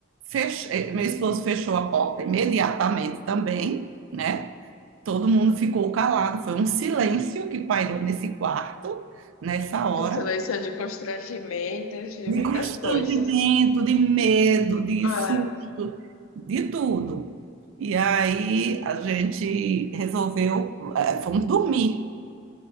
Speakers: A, on the right (about 70°); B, on the left (about 80°).
A: Fech- eh, meu esposo fechou a porta imediatamente também, né? Todo mundo ficou calado, foi um silêncio que pairou nesse quarto nessa hora,
B: Um silêncio de constrangimento, de
A: de
B: muitas
A: constrangimento,
B: coisas.
A: de medo, de
B: Ah,
A: susto, de tudo. E aí a gente resolveu, eh, fomos dormir.